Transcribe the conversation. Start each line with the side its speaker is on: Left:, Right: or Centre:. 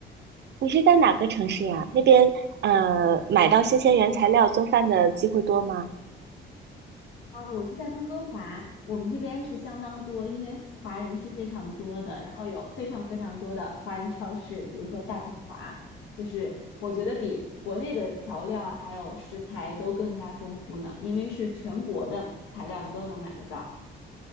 Right: 你是在哪个城市呀？那边呃，买到新鲜原材料做饭的机会多吗？
Left: 啊，我是在温哥华，我们这边是相当多，因为华人是非常多的，然后有非常非常多的华人超市，比如说大统华，就是我觉得比国内的调料还有食材都更加丰富呢，因为是全国的材料你都能买得到。